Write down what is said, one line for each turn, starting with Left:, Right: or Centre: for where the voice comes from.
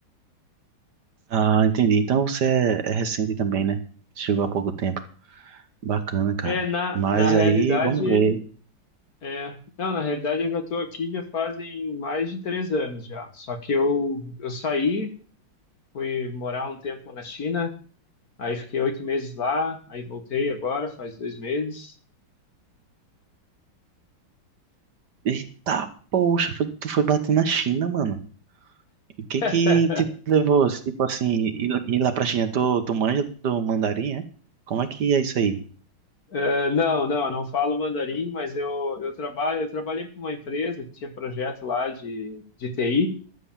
Right: Ah, entendi. Então você é, é recente também, né? Chegou há pouco tempo. Bacana, cara.
Left: É, na,
Right: Mas
Left: na realidade,
Right: aí, vamos ver.
Left: É, não, na realidade eu já estou aqui já fazem mais de três anos já. Só que eu, eu saí, fui morar um tempo na China, aí fiquei oito meses lá, aí voltei agora, faz dois meses.
Right: Eita, poxa, foi- tu foi bater na China, mano. o que
Left: <laughs>
Right: que te levou, tipo assim, ir, ir lá pra China? Tu, tu manja do mandarim, é? Como é que é isso aí?
Left: É, não, não, eu não falo mandarim, mas eu, eu trabalho, eu trabalhei para uma empresa que tinha projeto lá de, de TI,